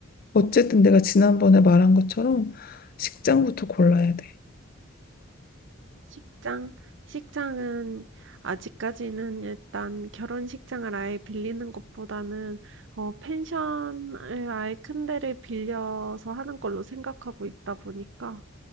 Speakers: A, on the left (about 45°); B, on the right (about 60°).
A: 어쨌든 내가 지난번에 말한 것처럼 식장부터 골라야 돼.
B: 식장? 식장은 아직까지는 일단 결혼식장을 아예 빌리는 것보다는 어 펜션을 아예 큰 데를 빌려서 하는 걸로 생각하고 있다 보니까